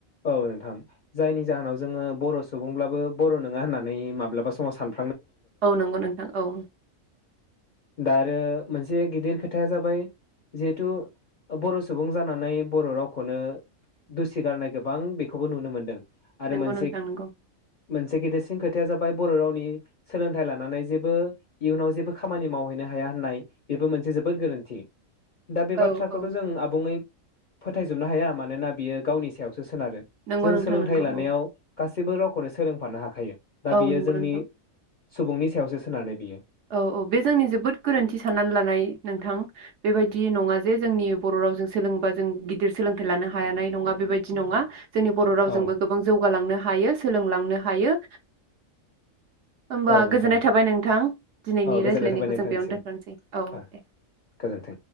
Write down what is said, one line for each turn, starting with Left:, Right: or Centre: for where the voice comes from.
Left: औ नोंथां जायनि जाहोनाव जोङो बर' सुबुंब्लाबो बर' नोङा होननानै माब्लाबा समाव सान
Right: औ नंगौ नोंथां औ
Left: दा आरो मोनसे गिदिर खोथाया जाबाय जिहेथु बर' सुबुं जानानै बर' रावखौनो दुसि गारनाय गोबां बेखौबो नुनो मोनदों आरो
Right: नोंगौ
Left: मोनसे
Right: नोंथां नोंगौ
Left: मोनसे गिदेरसिन खोथाया जाबाय बर' रावनि सोलोंथाइ लानानै जेबो इयुनाव जेबो खा खामानि मावहैनो हाया होननाय बेबो मोनसे जोबोद गोरोन्थि दा बे
Right: औ
Left: बाथ्राखौथ'
Right: औ
Left: जों आबुङै फोथायजोबनो हाया मानोना बियो गावनि सायावस सो सोनारो
Right: नंगौ
Left: जों
Right: नोंथां
Left: सोलोंथाइ
Right: नंगौ
Left: लानायाव
Right: औ
Left: गासैबो रावखौनो सोलोंफानो हाखायो दा
Right: औ
Left: बियो
Right: नंगौ
Left: जोंनि
Right: नोंथां
Left: सुबुंनि सायावसो सोनारो बियो
Right: औ औ बे जोंनि जोबोद गोरोन्थि साननानै लानाय नोंथां बेबायदि नङा जे जोंनि बर' रावजों सोलोंबा जों गिदिर सोलोंथाइ लानो हायानाय नङा बेबायदि नङा जोंनि बर' रावजोंबो
Left: औ
Right: गोबां जौगालांनो हायो सोलोंलांनो हायो होमबा
Left: औ नोंथां
Right: गोजोननाय थाबाय नोंथां दिनैनायनि
Left: औ गोजोननाय
Right: रायज्लायनायखौ
Left: थाबाय नोंथांनिसिम
Right: जों बेयावनो दोनथानोसै औ दे
Left: ओ गोजोन्थों